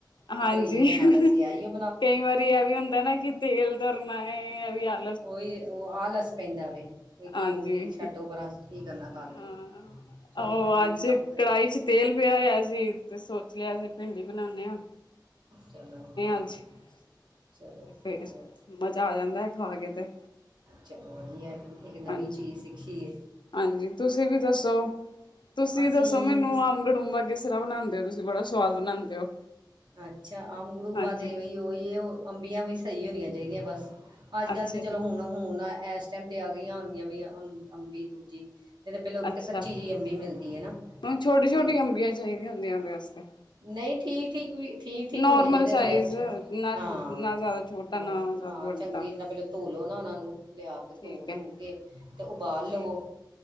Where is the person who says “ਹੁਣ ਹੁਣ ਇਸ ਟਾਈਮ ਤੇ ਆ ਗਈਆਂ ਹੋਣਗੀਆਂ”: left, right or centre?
Right